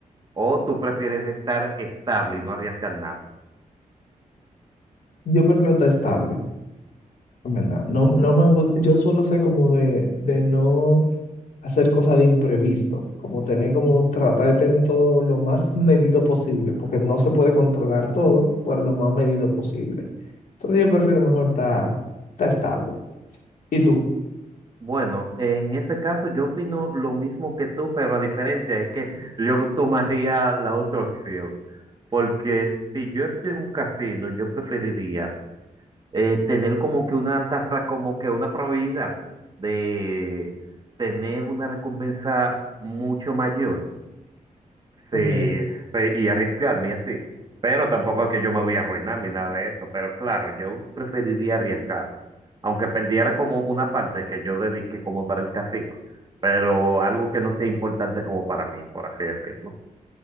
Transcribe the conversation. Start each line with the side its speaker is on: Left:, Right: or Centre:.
Right: ¿O tú prefieres estar estable y no arriesgar nada?
Left: Yo prefiero estar estable, en verdad. No, no me gusta, yo suelo ser como de, de no hacer cosas de imprevisto, como tener como tratar de tener todo lo más medido posible, porque no se puede controlar todo, pero lo más medido posible. Entonces yo prefiero mejor estar, estar estable. ¿Y tú?
Right: Bueno, en ese caso yo opino lo mismo que tú, pero la diferencia es que yo tomaría la otra opción. Porque si yo estoy en un casino, yo preferiría eh, tener como que una tasa, como que una probabilidad de tener una recompensa mucho mayor, sí,
Left: Ok.
Right: pe- y arriesgarme y así. Pero tampoco es que yo me voy a arruinar ni nada de eso, pero claro, yo preferiría arriesgarme, aunque perdiera como una parte que yo dediqué como para el casino, pero algo que no sea importante como para mí, por así decirlo.